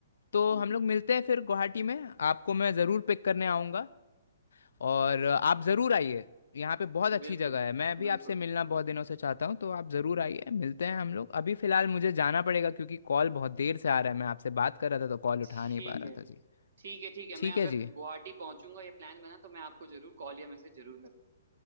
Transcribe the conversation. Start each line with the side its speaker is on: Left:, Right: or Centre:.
Left: तो
Right: हम्म
Left: हम
Right: हम्म
Left: लोग मिलते हैं फिर गुवाहाटी में आपको मैं ज़रूर पिक करने आऊँगा और आप ज़रूर आइए यहाँ पे बहुत अच्छी
Right: बिल्कुल
Left: जगह है मैं भी
Right: बिल्कुल
Left: आपसे मिलना बहुत दिनों से चाहता हूँ तो आप ज़रूर आइए मिलते हैं हम लोग अभी फ़िलहाल मुझे जाना पड़ेगा क्योंकि कॉल बहुत देर से आ रहा है मैं आपसे बात कर रहा था तो कॉल
Right: ठीक
Left: उठा नहीं पा रहा
Right: है
Left: था जी
Right: ठीक है ठीक है
Left: ठीक
Right: मैं अगर
Left: है जी
Right: गुवाहाटी पहुंचूंगा या प्लान बना तो मैं आपको जरूर कॉल या मैसेज जरूर करूंगा